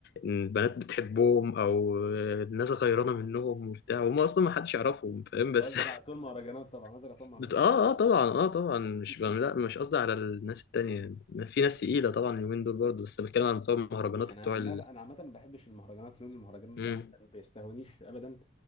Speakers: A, on the left (about 55°); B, on the left (about 30°).
A: البنات بتحبهم او الناس غيرانه منهم وبتاع وهم اصلا ما حدش يعرفهم فاهم بس
B: ده قصدك على طول مهرجانات طبعا قصدك
A: <laughs>
B: على طول مهرجانات
A: بت... اه اه طبعا اه طبعا مش
B: <laughs>
A: لا مش قصدي على الناس التانية في ناس تقيلة طبعا اليومين دول برضه بس بتكلم عن بتوع المهرجانات
B: يعني
A: وبتوع
B: انا عن
A: ال
B: نف- انا عامه ما بحبش المهرجانات لون المهرجانات
A: مم،
B: ده عامةً ما بيستهونيش ابدا